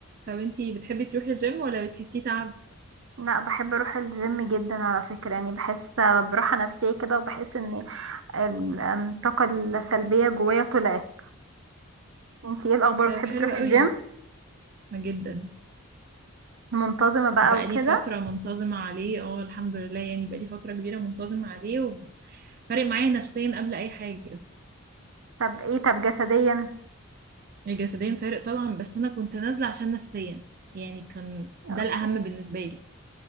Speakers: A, on the right; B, on the right.
A: طب انتي بتحبي تروحي الجيم ولا بتحسيه تعب؟
B: لا بحب اروح الجيم جدا على فكرة يعني بحس براحة نفسية كده وبحس ان ال- أم، الطاقة السلبية جوايا طلعت انتي ايه الاخبار
A: طيب
B: بتحبي
A: حلو
B: تروحي
A: قوي
B: الجيم
A: ما جدا
B: منتظمة بقى
A: بقالي
B: وكده
A: فترة منتظمة عليه اه الحمد لله يعني بقالي فترة كبيرة منتظمة عليه وفارق معايا نفسيا قبل أي حاجة
B: طب ايه طب جسديا
A: جسديا فارق طبعا بس أنا كنت نازلة عشان نفسيا يعني كان ده
B: اوكي
A: الأهم بالنسبة لي